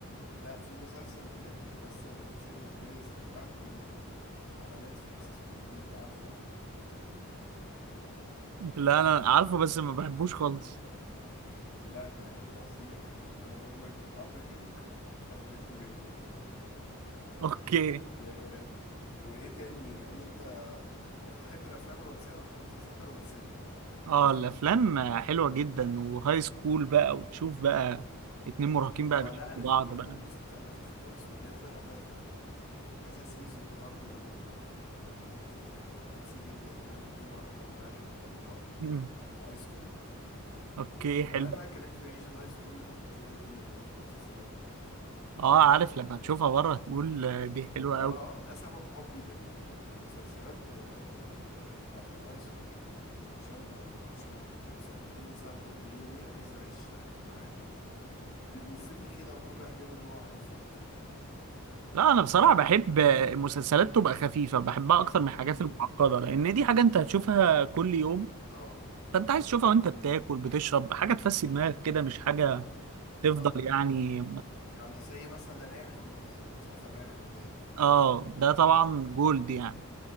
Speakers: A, on the left (about 65°); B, on the right (about 80°).
A: لا في مسلسل بجد بيمثل الرومانسيه بالنسبه لي استمتعت بيه جدا على نتفليكس اسمه إليت عارفه
B: لا انا عارفه بس ما بحبوش خالص
A: لا ده فظيع يعني انا بقول لك بطبعي <laughs> حبيته جدا
B: اوكي
A: و... وايه تاني يعني انت يعني تحب الافلام الرومانسيه اكتر من المسلسلات الرومانسيه
B: اه الافلام حلوه جدا وهاي سكول بقى وتشوف بقى اتنين مراهقين
A: اه
B: بقى بيحبوا
A: لا انا
B: بعض
A: في برضو
B: بقى
A: مسلسل لذيذ قوي اسمه نيفر هاف اي ايفر كذا سيزون برضو آه، رومانتي رومانسي جدا يعني بين واحده وواحد بيحبوا بعض
B: مم.
A: في الهاي سكول
B: اوكي حلو
A: والله الواحد كان نفسه يعيش الهاي سكول الامريكيه دي وفي المسلسلات دي
B: اه عارف لما تشوفها بره تقول آه، دي حلوه
A: اه
B: قوي
A: ده سبب حبي لل... للمسلسلات آه، ال... بتاعت الهاي سكول عشان لو عشان لو سألتني سبب حبي ليهم ايه عايز اعيش آه، معاهم يعني بيبقوا فري كده وكل واحد بيعمل اللي هو عايزه وبتاع
B: لا انا بصراحه بحب مسلسلات تبقى خفيفه بحبها اكتر من الحاجات
A: امم
B: المعقده لان دي حاجه انت هتشوفها كل يوم
A: اه
B: فانت عايز تشوفها وانت بتاكل بتشرب حاجه تفسي دماغك كده مش حاجه تفضل
A: اه
B: يعني
A: يعني زي مثلا ريح المدام مسلسل ريح المدام
B: اه ده طبعا جولد يعني